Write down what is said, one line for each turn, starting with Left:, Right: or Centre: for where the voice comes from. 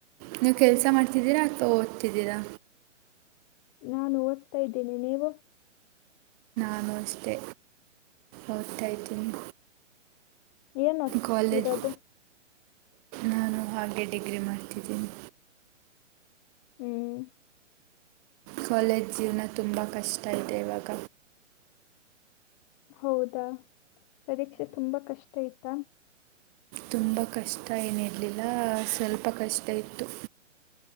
Right: ನೀವು ಕೆಲಸ ಮಾಡ್ತಿದ್ದೀರಾ ಅ ಓದ್ತಿದ್ದೀರಾ
Left: ನಾನು ಓದ್ತಾ ಇದ್ದೀನಿ ನೀವು
Right: ನಮಸ್ತೆ ಊತಟಐತಿಂಗ
Left: ಏನ್ ಓದ್ತಿರೋದು
Right: ಕಾಲೇಜ್ ನಾನು ಹಾಗೆ ಡಿಗ್ರಿ ಮಾಡ್ತಿದ್ದೀನಿ
Left: ಹ್ಮ್
Right: ಕಾಲೇಜ್ ಜೀವನ ತುಂಬ ಕಷ್ಟ ಇದೆ ಇವಾಗ.
Left: ಹೌದಾ ಪರೀಕ್ಷೆ ತುಂಬಾ ಕಷ್ಟ ಇತ್ತ.
Right: ತುಂಬ ಕಷ್ಟ ಏನಿರಲಿಲ್ಲ ಸ್ವಲ್ಪ ಕಷ್ಟ ಇತ್ತು.